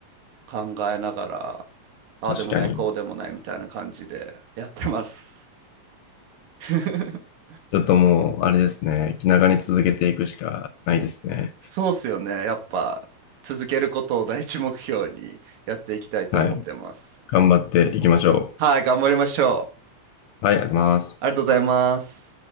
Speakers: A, on the right; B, on the left.
A: 考えながら、ああでもない、
B: 確かに。
A: こうでもないみたいな感じでやってます。<laughs>
B: ちょっともう、あれですね。気長に続けていくしかないですね。
A: そうっすよね。やっぱ続けることを第一目標にやっていきたいと思ってます。
B: はい。頑張っていきましょ
A: はい、頑張りましょう。
B: う。はい、ありがとうございます。
A: ありがとうございます。